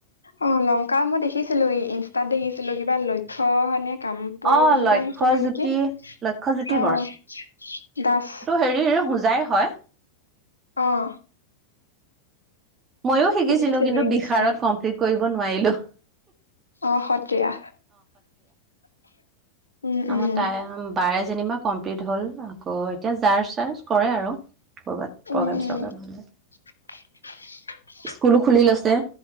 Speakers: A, on the left; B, on the right.
A: অ', লংকা মই দেখিছিলোঁ ইনষ্টাত দেখিছিলোঁ কিবা লক্ষ্য নে কাম। পুৰৰ
B: অ
A: কোনোবা
B: লক্ষ্যজ্যোতি
A: আহিছিলে নেকি
B: লক্ষ্যজ্যোতি
A: অ', দাস।
B: হেৰিৰ হোজাই হয়।
A: অ'।
B: ময়ো শিকিছিলোঁ
A: দেখিছিলো
B: কিন্তু
A: ইনষ্টাত
B: বিষাৰত কমপ্লিট কৰিব নোৱাৰিলোঁ।
A: অ', সত্ৰীয়া। উম
B: আমাৰ
A: উম
B: তাই বাৰে যেনিবা কমপ্লিট হ'ল আকৌ এতিয়া জাৰ্জ চাৰ্জ কৰে আৰু। ক'ৰবাত
A: উম
B: প্ৰগেম
A: উম
B: চগ্ৰেম হ'লে।
A: <unintelligible>
B: স্কুলো খুলি লৈছে